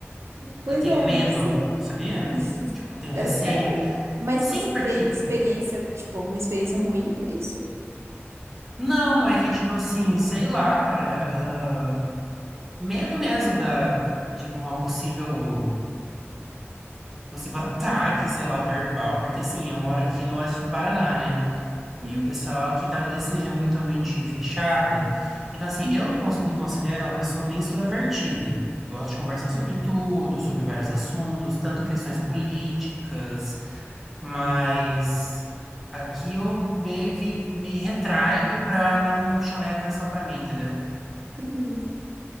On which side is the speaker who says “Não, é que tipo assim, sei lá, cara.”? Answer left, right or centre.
Centre